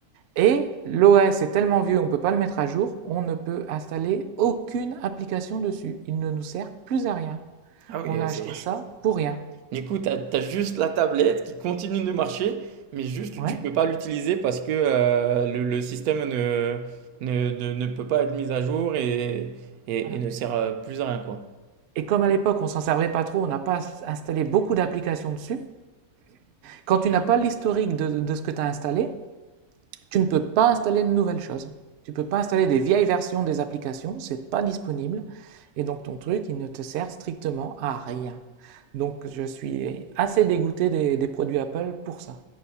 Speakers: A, on the right; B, on the right.
A: et l'OS est tellement vieux, on ne peut pas le mettre à jour, on ne peut installer aucune application dessus. Il ne nous sert plus à rien.
B: Ah oui,
A: On a acheté
B: c'est
A: ça pour rien.
B: Du coup, tu as, t'as juste la tablette qui continue de marcher, mais juste
A: Ouais,
B: tu peux pas l'utiliser parce que euh, le, le système ne, ne, ne, ne peut pas être mis à jour et, et,
A: voilà.
B: et ne sert euh, plus à rien, quoi.
A: Et comme à l'époque, on ne s'en servait pas trop, on n'a pas installé beaucoup d'applications dessus, quand tu n'as pas l'historique de, de ce que tu as installé, tu ne peux pas installer de nouvelles choses. Tu ne peux pas installer des vieilles versions des applications, c'est pas disponible. Et donc ton truc, il ne te sert strictement à rien. Donc je suis assez dégoûté des des produits Apple pour ça.